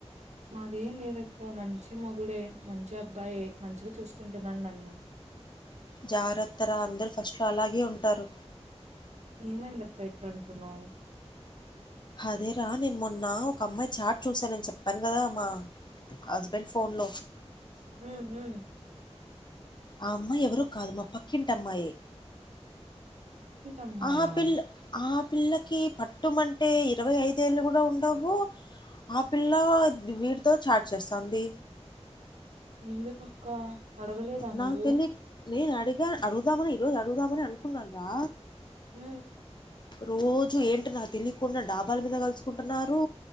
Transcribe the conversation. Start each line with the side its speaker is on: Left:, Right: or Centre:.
Right: మాదేం లేదక్క మంచి మగుడే మంచి అబ్బాయి మంచిగా చూసుకుంటున్నాను నన్ను
Left: జాగ్రత్త రా అందరూ ఫస్ట్లో అలాగే ఉంటారు
Right: ఏమైంది అక్క ఎట్లా అంటున్నా
Left: అదేరా నేను మొన్న ఒక అమ్మాయి చాట్ చూసానని చెప్పాను కదా మా హస్బెండ్ ఫోన్ లో
Right: ఊ హు
Left: ఆ అమ్మాయి ఎవరు కాదు మా పక్కింటి అమ్మాయే
Right: అమ్మాయా
Left: ఆహపిల్ ఆ పిల్లకి పట్టుమంటే ఇరవై ఐదేళ్ళు కూడా ఉండవు ఆ పిల్ల వీటితో చాట్ చేస్తుంది
Right: ఎందుకక్కా అడగలేదా
Left: నాకు
Right: నువ్వు
Left: తెలియక్ నేను అడిగా అడుగుదామని ఈరోజు అడుగుదామని అనుకున్నాను రా
Right: ఉ
Left: రోజు ఏంటి నాకు తెలియకుండా డాబాలు మీద కలుసుకుంటున్నారు